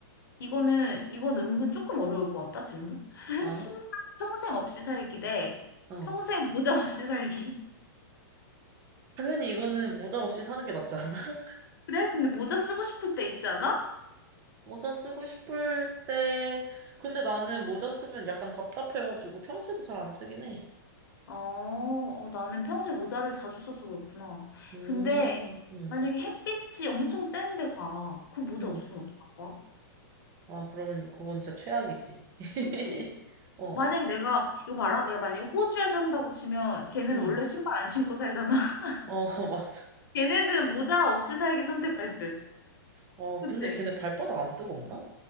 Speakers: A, on the left; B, on the right.
A: 이거는, 이건 은근 조금 어려울 것 같다, 질문. <laughs>
B: 어?
A: 신발 평생 없이 살기 대
B: 어.
A: 평생 모자 없이 살기. <laughs>
B: 당연히 이거는 모자 없이 사는 게 낫지 않아? <laughs>
A: 그래? 근데 모자 쓰고 싶을 때 있지 않아?
B: 모자 쓰고 싶을 때, 근데 나는 모자 쓰면 약간 답답해가지고 평소에도 잘 안 쓰긴 해.
A: 어, 어, 나는 평소에 모자를 자주 써서 그렇구나.
B: 음,
A: 근데
B: 음,
A: 만약에 햇빛이 엄청 센데 가. 그럼 모자
B: 음.
A: 없으면 어떡할 거야?
B: 아, 그러면 그건 진짜 최악이지. <laughs>
A: 그치?
B: 어,
A: 만약에 내가, 이거 봐라. 내가 만약에 호주에 산다고 치면 걔네는
B: 음.
A: 원래 신발 안 신고 살잖아. <laughs>
B: 어, <laughs> 맞아.
A: 걔네들은 모자 없이 살기 선택할 듯.
B: 어,
A: 그치?
B: 근데 걔네 발바닥 안 뜨겁나?